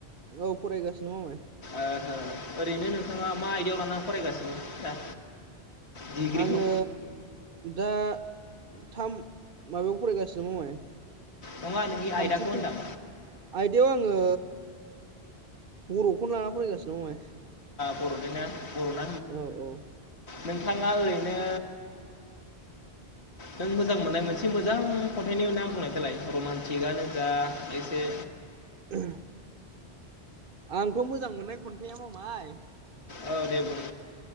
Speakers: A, on the right; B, on the left.
A: औ फरायगासिनो नङामाय
B: ओ ओरैनो नोंथाङा मा आयडायाव लानानै फरायगासिनो दा डिग्रिखौ
A: आङो दा थाम माबायाव फरायगासिनोाम माय
B: नङा नोंनि
A: थामथिख
B: आयदाखौ होनदां
A: आयदायाव आङो बर'खौनो लाना फरायगासिनो दाय
B: बर' बर'
A: औ औ
B: नोंथांआ ओरैनो
A: <inaudible>
B: नों मोजां मोननाय मोनसे मोजां खन्थाइनि नाम बुंनाय देलाय रमान्टिकआनो जा एसे
A: <inaudible> आंथ' मोजां मोननाया खन्थाइआ‌ मामाय
B: औ दे बुं